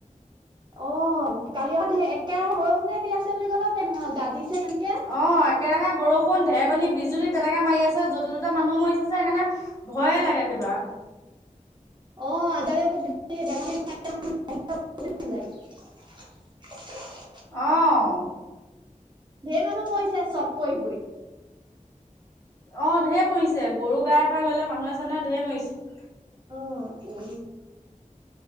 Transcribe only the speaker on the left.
অহ একেৰাহে বৰষুণ ধেকনী বিজুলী তেনেকে মাৰি আছে য'তে ত'তে মানুহ মৰিছে সেইকাৰণে ভয়ে লাগে কিবা ৱাহ
অ
অ ঢেৰ মৰিছে গৰু গাই পৰা ধৰিলে মানুহে চানুহে ঢেৰ মৰিছে